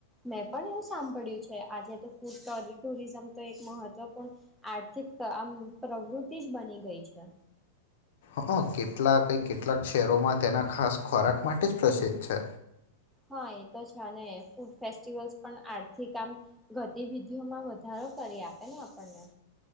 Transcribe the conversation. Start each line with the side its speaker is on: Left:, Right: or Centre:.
Centre: મેં પણ એવું સાંભળ્યું છે આજે તો ફૂડ ટુરિઝમ તો એક મહત્વપૂર્ણ આર્થિક આમ પ્રવૃતિ જ બની ગઈ છે.
Left: હ કેટલાક કેટલાક શહેરોમાં તેના ખાસ ખોરાક માટે જ પ્રસિદ્ધ છે.
Centre: હા એ તો છે ફૂડ ફેસ્ટિવલ્સ પણ આર્થિક આમ ગતિવિધિઓમાં વધારો કરી આપે ને આપણને.